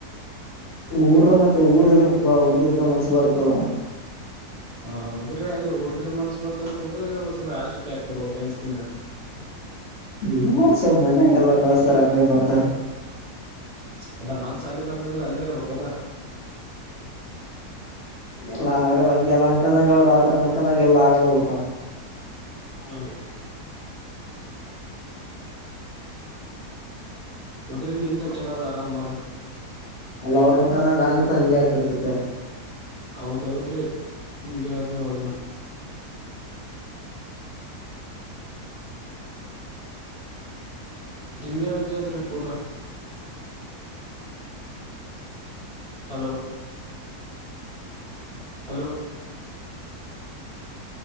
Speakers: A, on the left; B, on the right.
A: ಊರ ಮತ್ತೆ ಊರ್ ಇರ್ಬೇಕ ಬಾ ಊರ ಇದ್ರ ಮನ್ಸು ಬರ್ತದ
B: ಹ ಹೌದ್ರೆ ಅಲ್ಲಿ ಊರಿದ್ರರು ಮನ್ಸ ಬರ್ತದ್ರ ಊರಾಗ ಇರ್ಬೇಕ್ರೀ ಆಷ್ಟಕ್ಕೆ್ಯಾಕ ರ್ಬಬೇಕ ಅಂತಿನ ರಿ ನಾ <inaudible>
A: ನೋಡ್ಸೊಪ ಮನ್ಯಾಗೆಲ್ಲ ಕಳಸ್ತಾರ ಹಂಗಾಗಿ ಬರ್ತಾರ.
B: ಅಲ್ಲ ಮನ್ಸ ಅಲ್ಲಿ ಬರ್ತಂದ್ರೆ ಅಲ್ಲೆ ಇರ್ಬೇಕಲ್ಲ.
A: ಎಲ್ಲಾ ಆಗಲ್ಲ ಹಂಗೆಲ್ಲ ಅನ್ಕೊಂಡಂಗ. ಅವ್ರು ಆದಂಗ ಅನ್ಕೊಂಡಂಗ ಎಲ್ಲ ಆಗಲ್ಲಲ್ಪ.
B: ಹ್ಮ <inaudible> ಒಬ್ರಿ ನಿಮ್ದೇ ಚಲೋ ಅದಆರಾಮ್ ಅದ-
A: ಅಲ್ಲ ಅವರು ಅಂನಕಂದಂಗ ಹಂಗಿತ್ತಂದರ ಹಿಂಗ್ಯಾಕ ಇರ್ತತೆ
B: ಹೌದೌದ್ರೆ, ನಿಮ್ಗೆ ಯ <unintelligible> ನೂ ಅದನು ನಿಮೇಗ ವಜ್ಜಾದ್ರೀ ಪೂರಾ ಹಲೋ, -ಹಲೋ,